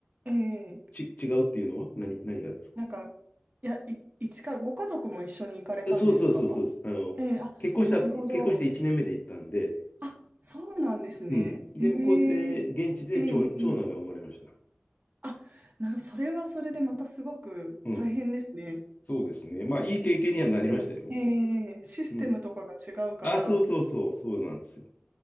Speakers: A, on the right (about 45°); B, on the left (about 40°).
A: ええ
B: ち、違うっていうのは何、何がですか
A: なんか、いや、い、一から、ご家族も一緒に行かれたんですか
B: いやそうそうそうそうです。あの、
A: ええあ、
B: 結婚した、
A: なるほど。
B: 結婚して1年目で行ったんで、
A: あ、そうなんですね。
B: うん。で、
A: ええ
B: 向こうで、現地で長、
A: ええええ
B: 長男が生まれました。
A: あ、なるほど、それはそれでまたすごく大変ですね。
B: うん。そうですね。まあ、いい経験にはなりましたよ。
A: システム、ええシステムとかが違うから。
B: うん。あ、そうそうそう、そうなんですよ。